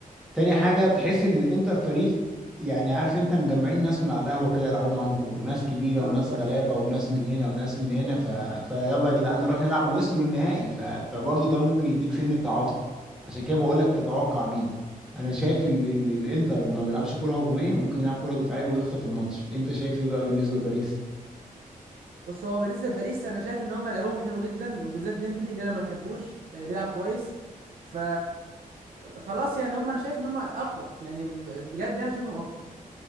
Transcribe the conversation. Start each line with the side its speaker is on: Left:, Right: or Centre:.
Centre: تاني حاجة بتحس ان الانتر فريق يعني عارف انت مجمعين ناس من على القهوة كده يلعبوا معاهم كورة ناس كبيرة
Right: اه
Centre: وناس
Right: والله
Centre: غلابة وناس من هنا وناس من هنا ف... فيلا يا جدعان نروح نلعب ووصلوا النهائي ف... فبرضه ده ممكن يديك سن التعاطف عشان كده بقول
Right: <laughs>
Centre: لك تتوقع مين انا شايف ال... ال... الانتر ما بيلعبش كورة هجومية ممكن يلعب كورة دفاعية ويخطف الماتش انت شايف ايه بقى بالنسبة لباريس
Right: بص هو بالنسبه لباريس انا شايف ان هم لعبهم حلو جدا وبالذات ديمبلي اللي انا ما بحبوش آه، بيلعب كويس ف خلاص يعني هم انا شايف ان هم اقوى يعني ب- بجد يعني شايفهم اقوى